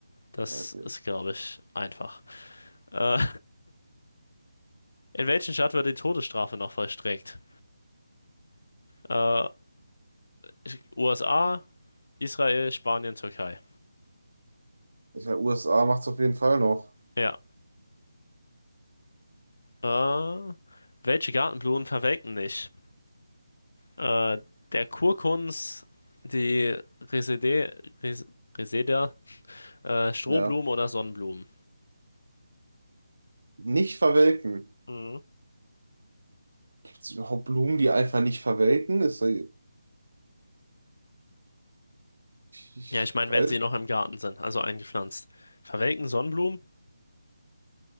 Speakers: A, on the left (about 70°); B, on the right (about 75°).
A: Das
B: Okay.
A: ist, glaube ich, einfach. Äh, in welchen Staat wird die Todesstrafe noch vollstreckt? Äh, ich- USA, Israel, Spanien, Türkei.
B: Ja, USA macht's auf jeden Fall noch.
A: Ja. Äh, welche Gartenblumen verwelken nicht? Äh, der Kurkunz, die Resede, Res, Reseda, äh, Strohblumen
B: Ja.
A: oder Sonnenblumen.
B: Nicht verwelken.
A: Mhm.
B: Gibt's überhaupt Blumen, die einfach nicht verwelken? Ist da... ich, ich
A: Ja, ich meine,
B: weiß.
A: wenn sie noch im Garten sind, also eingepflanzt. Verwelken Sonnenblumen?